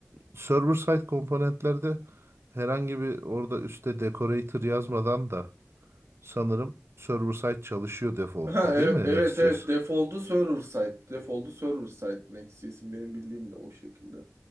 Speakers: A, on the right; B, on the right.
A: server side komponentlerde herhangi bir orada üstte decorator yazmadan da sanırım server side çalışıyor defaultta
B: Ha, e-
A: değil mi
B: evet
A: Next.js?
B: evet default'u server side. Default'u server side Next.js'in benim bildiğim de o şekilde.